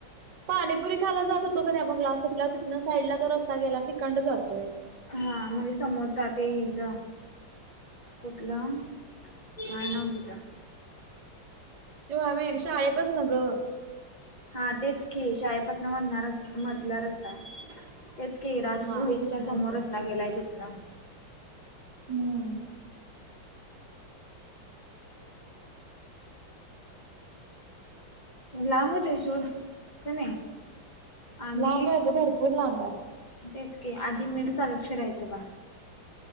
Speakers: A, on the right (about 60°); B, on the left (about 25°).
A: पाणीपुरी खायाला जात होतो क नाही आपण क्लास सुटल्यावर तिथनं साईडला तो रस्ता गेलाय तिकंड जातोय.
B: हा म्हणजे समोरचा ते हे जा कुठला काय नाव तिचा.
A: तेव्हा वेळ शाळेपसन ग.
B: हा तेच की, शाळेपासन मधणा रस्ता मधला रस्ता. तेच की राजपुरोहितच्या
A: हा तिथनं
B: समोर
A: येतोय
B: रस्ता गेलाय तितन.
A: हम्म
B: लांब होतोय सोड क नाही. आम्ही
A: लांब आहे ग भरपूर लांब आहे.
B: तेच की आधी मी बी चालत फिरायचो बा